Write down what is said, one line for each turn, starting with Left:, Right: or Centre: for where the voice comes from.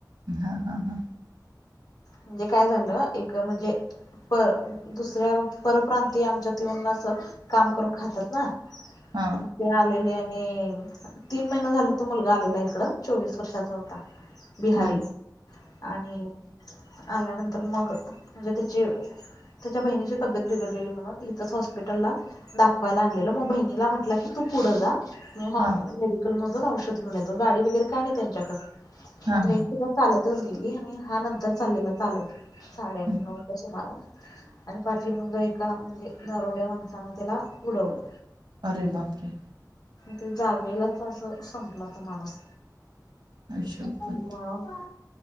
Right: हा हा हा.
Left: म्हणजे काय झालं एक म्हणजे पर दुसऱ्या परप्रांतीय आमच्यात येऊन अस काम करून खातात ना‌.
Right: हां
Left: हा. ते आलेले आणि तीन महिना झाल तो मुलगा आलेला इकड चोवीस वर्षाचा होता‌. बिहारीच
Right: हां
Left: आणि आल्यानंतर मग म्हणजे त्याची त्याच्या बहिणीची तब्येत बिघडलेली म्हणून इथंच हॉस्पिटलला दाखवायला आणलेलं मग बहिणीला म्हटला की तू पुढं जा. मी <unintelligible>
Right: हां
Left: मेडिकल मधून औषध घेऊन येतो गाडी वगैरे काय नाही त्यांच्याकड.
Right: हां
Left: मग बहीण
Right: हां
Left: सुद्धा चालतच गेली आणि हा नंतर चाललेला चालत. साडे आठ
Right: हं.
Left: नऊच्या सुमारा. आणि पाठी मग एका म्हणजे दारुड्या माणसानं त्याला उडवलं.
Right: अरे बाप रे.
Left: ते जागेलाच असं संपला तो माणुस.
Right: आई शप्पथ!
Left: मग